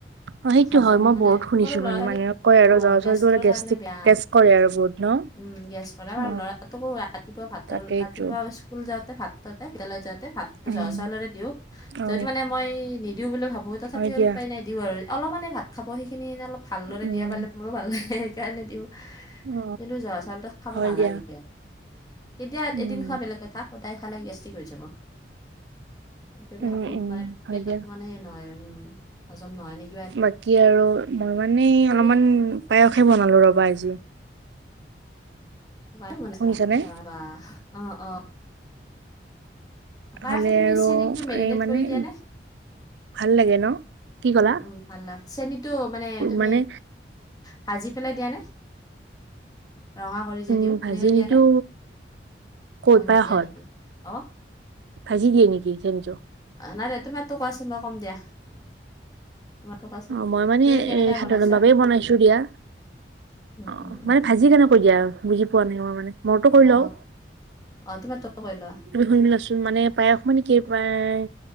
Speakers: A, on the right (about 75°); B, on the left (about 20°).
A: অ সেইটো
B: হজম
A: হয় মই
B: মানে
A: বহুত
B: সৰু
A: শুনিছো
B: ল'ৰা-ছোৱালী
A: মানে মানুহে
B: অ,
A: কয় আৰু জহা চাউলটো
B: গেছৰ
A: গেষ্ট্ৰিক
B: কাৰণে বেয়া।
A: গেছ কৰে আৰু বহুত ন?
B: উম, গেছ কৰে,
A: অ
B: ল'ৰাটোকো ৰাতিপুৱা ভাত
A: তাকেইতো
B: ৰাতিপুৱা স্কুল যাওঁতে ভাতটো, <inaudible> যাওঁতে ভাত
A: উম
B: জহা চাউলৰে দিওঁ।
A: অ
B: যদি মানে মই নিদিওঁ বুলি ভাবো, তথাপিও
A: হয় দিয়া
B: আৰু উপায় নাই দিওঁ আৰু। অলপ মানে ভাত খাব, সেইখিনি অলপ ভালদৰে
A: উম
B: দিয়া পালে মোৰো ভাল লাগে, সেইকাৰণে দিওঁ।
A: অ
B: কিন্তু জহা চাউলটো খাব
A: হয়
B: নালাগে,
A: দিয়া
B: এতিয়া
A: উম
B: এদিন খোৱা বেলেগ কথা। সদাই খালে, গেষ্টিক হৈ যাব। একেবাৰে
A: উম উম
B: মানে
A: হয়
B: পেটত
A: দিয়া
B: মানে, সে, নহয় উম, হজম নহয় নেকি।
A: বাকী আৰু মই মানে
B: তুমি
A: অলপমান
B: কি
A: পায়সে, বনালো ৰবা আজি।
B: পায়স বনাইছা,
A: শুনিছানে
B: বা, অ, অ, পায়াসটো
A: হ'লে
B: তুমি
A: আৰু
B: চেনীটো মেৰিনেট
A: এই মানে
B: কৰি দিয়া নে
A: ভাল লাগে ন? কি ক'লা
B: উম, ভাল লাভ, চেনীটো মানে তুমি,
A: মানে
B: ভাজি পেলাই দিয়া নে? ৰঙা কৰি যে
A: উম
B: দিওঁ,
A: ভাজি
B: সেনেকে দিয়া
A: নিদো
B: নে,
A: ক'ত
B: অ,
A: পায়সত
B: নিদিয়া নেকি? অ,
A: ভাজি দিয়ে নেকি, চেনীটো?
B: নাই দিয়া, তোমাৰতো কোৱাচোন, মই ক'ম দিয়া। তোমাৰতো কোৱাচোন
A: অ, মই মানে
B: তুমি কেনেকে
A: এই সাধাৰণ
B: বনাইছা
A: ভাৱেই বনাইছো দিয়া।
B: উম
A: অ,
B: উম উম
A: মানে ভাজি কেনেকৈ দিয়া আৰু? বুজি পোৱা নাই মই মানে, মোৰটো কৈ
B: অ
A: লওঁ।
B: অ তোমাৰতো কৈ লোৱা
A: তুমি, শুনবিলাচোন মানে পায়স মানে, কি পায়